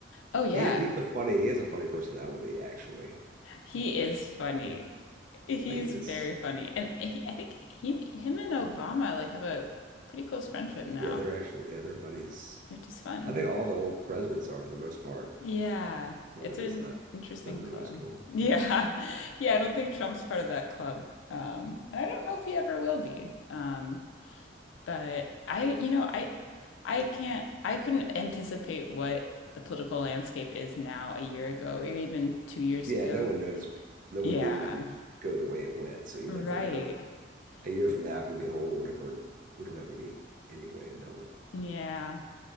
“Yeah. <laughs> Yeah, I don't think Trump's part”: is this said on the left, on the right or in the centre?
Left